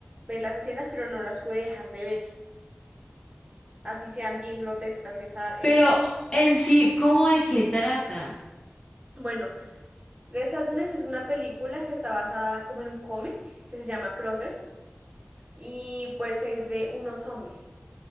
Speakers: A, on the right; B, on the left.
A: ver las escenas, pero no las puede dejar de ver, así sean bien grotescas. Esa es
B: Pero
A: bu-
B: en sí, ¿cómo de qué trata?
A: bueno. The Sadness es una película que está basada como en un cómic que se llama Crosser y pues es de unos zombies.